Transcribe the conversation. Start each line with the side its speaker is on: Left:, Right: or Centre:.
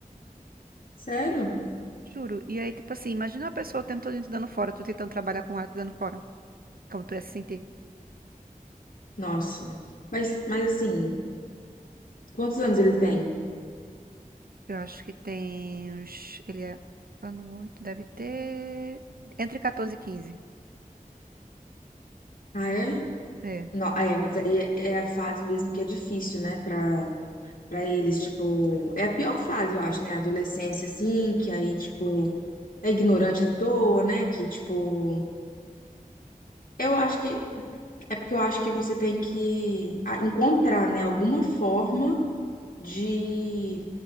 Left: sério?
Right: Juro. E aí, tipo assim, imagina uma pessoa o tempo todo te dando fora, tu tentando trabalhar com ela te dando fora. Como tu ia se sentir?
Left: Nossa. Mas, mas assim, quantos anos ele tem?
Right: Eu acho que tem uns. Ele é ano 8 deve ter. Entre 14 e quinze
Left: Ah, é?
Right: É,
Left: Não, ah, é, mas aí é é a fase mesmo que é difícil, né, pra, pra eles, tipo, é a pior fase, eu acho, né, a adolescência, assim, que aí, tipo, é ignorante à toa, né, que, tipo, eu acho que É porque eu acho que você tem que ah, encontrar, né, alguma forma de